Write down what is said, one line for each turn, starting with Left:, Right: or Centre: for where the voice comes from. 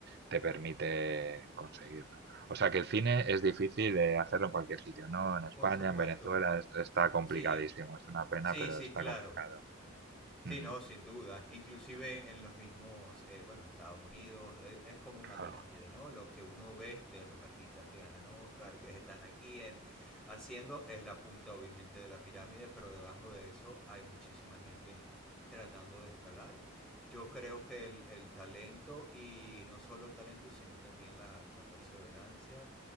Right: te permite conseguirlo. O sea que el cine es difícil de hacerlo en cualquier sitio, ¿no? En España,
Centre: por supuesto.
Right: en Venezuela, es- está complicadísimo.
Centre: Sí,
Right: Es una pena,
Centre: sí,
Right: pero
Centre: sí,
Right: está
Centre: claro.
Right: complicado.
Centre: Sí,
Right: Ujú,
Centre: no, sin duda. Inclusive en los mismos, eh, bueno, Estados Unidos, eh, es, como una
Right: claro.
Centre: pirámide, ¿no? Lo que uno ve de los artistas que ganan Oscar, que están aquí en, haciendo, es la punta obviamente de la pirámide, pero debajo de eso hay muchísima gente tratando de escalar. Yo creo que el, el talento, y no solo el talento, sino también la, la perseverancia,